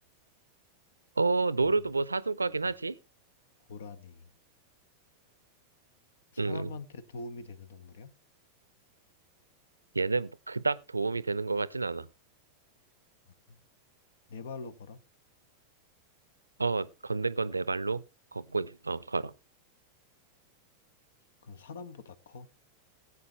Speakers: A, on the right (about 75°); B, on the left (about 60°).
A: 어,
B: 고라니,
A: 노루도 뭐 사슴과긴
B: 노루.
A: 하지?
B: 고라니. 사람한테
A: 음,
B: 도움이 되는 동물이야?
A: 얘는 뭐 그닥 도움이 되는 것 같진 않아.
B: 아, 그래? 네 발로 걸어?
A: 어, 걷는 건 내 발로 걷고, 있- 어, 걸어.
B: 그럼 사람보다 커?